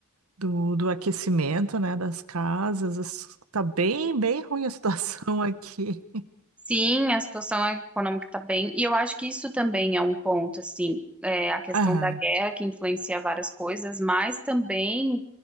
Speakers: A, on the right (about 75°); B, in the centre.
A: do, do aquecimento, né, das casas. As- Tá bem, bem ruim a situação <laughs> aqui.
B: sim, a situação econômica está bem. E eu acho que isso também é um ponto, assim, é, a questão
A: Ah,
B: da guerra que influencia várias coisas, mas também